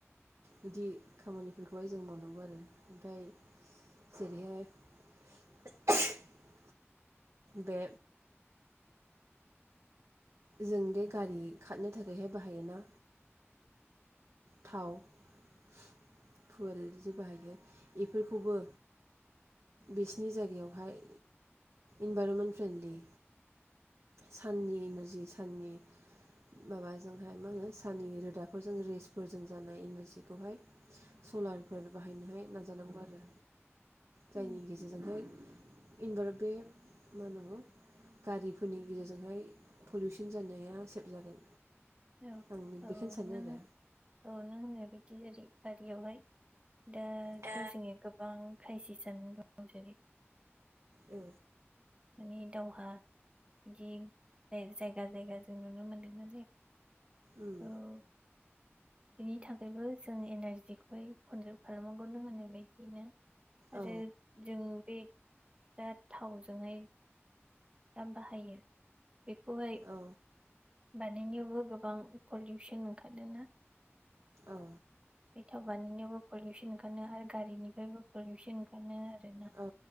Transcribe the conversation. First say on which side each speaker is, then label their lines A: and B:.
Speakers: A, on the right; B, on the right.
A: बिदि खामानि बेखौहाय जों मोननांगौ आरो ओमफाय जेरैहाय <unintelligible> बे जों दे गारि खारनो थाखायहाय बाहायोना थाव <inaudible> फुयेल बाहायो बेफोरखौबो बिसिनि जायगायावहाय इनभरमेन्ट फ्रेन्डलि साननि इनारजि साननि माबाजोंहाय मा होनो साननि रोदाफोरजों रेसफोरजों जानाय इनारजिखौहाय सलारफोर बाहायनोहाय नाजानांगौ आरो। जायनि
B: औ
A: गेजेरजोंहाय इनबार बे मा होनांगौ गारि फोरनि गेजेरजोंहाय पलिउसन जानाया सेभ जागोन।
B: औ
A: आं
B: औ
A: बेखौनो सानो
B: नों औ
A: आरो
B: नों होननाय बिदि जेरै गारियाव हाय दाथ'
A: दा
B: जोंने गोबां क्रायसिस जाना दं जेरै
A: औ
B: नि दावहा बिदि जायगा जायगा जों नुनो मोनदों नालाय
A: उम
B: औ बेनि थाखायबो जों एनारजिखौहाय कनजार्भ खालामनांगौनो होननाय बायदियैनो आरो
A: औ
B: जों बे दा थाव ज <unintelligible> दाम बाहायो बेखौहाय
A: औ
B: बानायनायावबो गोबां पलिउसन ओंखारदों ना
A: औ
B: बे थाउ बानाय नायावबो पुलुसन ओंखारनो आरो गारिनिफ्रायबो पलुसन ओंखारनो आरोना
A: औ